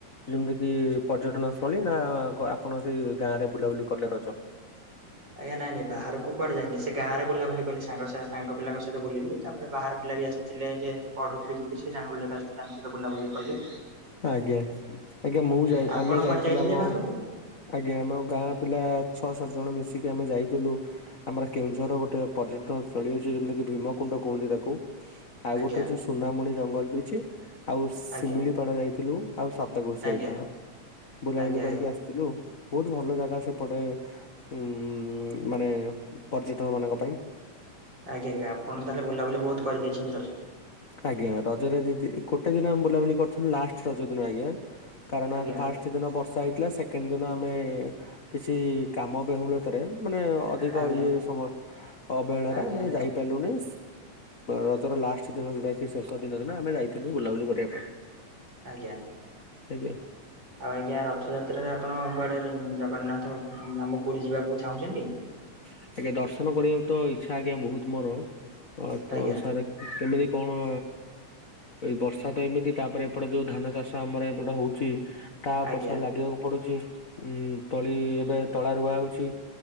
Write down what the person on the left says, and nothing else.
ଯେମିତି କିି ପର୍ଯ୍ୟଟନ ସ୍ଥଳୀ ନା ଆପଣ ସେଇ ଗାଁ ରେ ବୁଲାବୁଲି କଲେ ର ଅଛ
ଆଜ୍ଞା। ମୁଁ
ଯାଇ
ଆମେ ଯାଇଥିଲୁ
ଆମ
ଆଜ୍ଞା ଆମ ଗାଁ ପିଲା ଛଅ ସାତ ଜଣ ମିଶିକି ଆମେ ଯାଇଥିଲୁ। ଆମର କେଉଁଝର ଗୋଟେ ପର୍ଯ୍ୟଟନ ସ୍ଥଳୀ ଅଛି ଯେମିତିକି ଭୀମକୁଣ୍ଡ କୁହନ୍ତି ତାକୁ ଆଉ
ଗୋଟେ ଅଛି ସୁନାମୁଣି ଜଙ୍ଗଲ ବି ଅଛି ଆଉ ଶିମିଳିପାଳ
ଯାଇଥିଲୁ ଆଉ ସାତକୋସିି
ଯାଇଥର ବୁଲାବୁଲି
କରିକି ଆସିଥିଲୁ। ବହୁତ ଭଲ ଜାଗା ସେପଟେ ଉ ମାନେ ପର୍ଯ୍ୟଟନ ମାନଙ୍କ ପାଇଁ।
ଆଜ୍ଞା ରଜରେ ଦିଦି ଗୋଟେ ଦିନ ଆମେ ବୁଲାବୁଲି କରୁଥିଲୁ ଲାଷ୍ଟ ରଜ ଦିନ ଆଜ୍ଞା କାରଣ
ଫା ସେ ଦିନ ବର୍ଷା ହେଇଥିଲା ସେକେଣ୍ଡ ଦିନ ଆମେ କିଛି କାମ ବହୁଳତରେ ମାନେ ଅଧିକ
ଇଏ ସମୟ ଅବେଳରେ
ଆମେ
ଯାଇପାରିଲୁ ନାହିଁ ରଜର ଲାଷ୍ଟ। ଦିନେ ଯାଇଥିଲୁ ଶେଷ ଦିନ ନା ଆମେ ଯାଇଥିଲୁ ବୁଲାବୁଲି କରିବା ପାଇଁ।
ଆଜ୍ଞା
ଆଜ୍ଞା ଦର୍ଶନ କରିବାକୁ ତ ଇଚ୍ଛା ଆଜ୍ଞା ବହୁତ୍ ମୋର
ତଅ ସା କେମିତି କଣ ବର୍ଷା ତ ଏମିତି, ତାପରେ ଏପଟେ ଯୋଉ ଧାନ ଚାଷ ଆମର ଏପଟେ ହଉଛି ତା
ପଛଅ ଲାଗିବାକୁ ପଡୁଛି ଉଁ ତଳି ଏବେ ତଳା ରୁଆ ହଉଛି